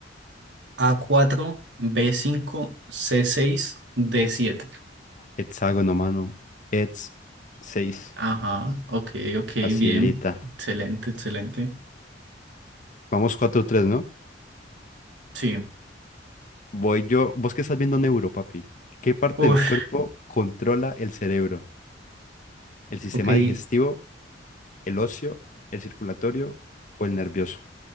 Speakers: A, on the right; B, on the left.
A: a cuatro b cinco c seis d siete
B: Hexágono, mano. Hex seis
A: Ajá, ok, ok,
B: Facilita.
A: bien. Excelente, excelente.
B: Vamos cuatro tres ¿no?
A: Sí.
B: Voy yo. ¿Vos qué estás viendo neuro, papi? ¿Qué parte
A: Uf.
B: del cuerpo controla el cerebro? ¿El sistema
A: Ok, el
B: digestivo, el óseo, el circulatorio o el nervioso?